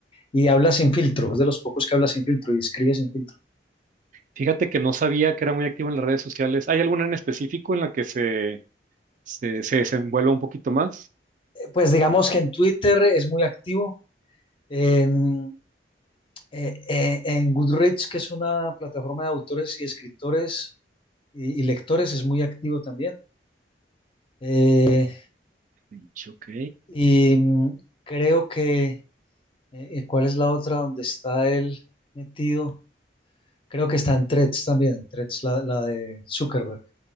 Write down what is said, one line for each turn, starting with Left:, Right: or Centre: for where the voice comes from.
Left: y habla sin filtro, es de los pocos que habla sin filtro y escribe sin filtro.
Right: Fíjate que no sabía que era muy activo en las redes sociales. ¿Hay alguna en específico en la que se, se, se desenvuelva un poquito más?
Left: Eh, Pues digamos que en Twitter es muy activo, en, eh, eh, en Goodreads, que es una plataforma de autores y escritores, y, y lectores es muy activo también. Eh,
Right: Goodreads, ok.
Left: y mm, creo que, eh, eh, ¿cuál es la otra donde está él metido? Creo que está en Threads también, en Threads, la, la de Zuckerberg,